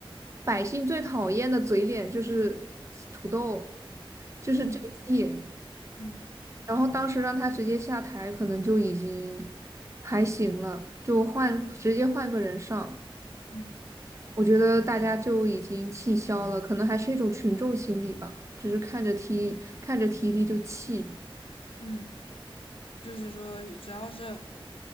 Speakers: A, on the right (about 30°); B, on the left (about 75°).
A: 百姓最讨厌的嘴脸就是土豆，就是
B: 嗯
A: JT，
B: 嗯
A: 然后当时让他直接下台，可能就已经还行了，就换直接换个人上，
B: 嗯
A: 我觉得大家就已经气消了，可能还是一种群众心理吧，就是看着 T 看着 TD 就气。
B: 嗯，就是说只要是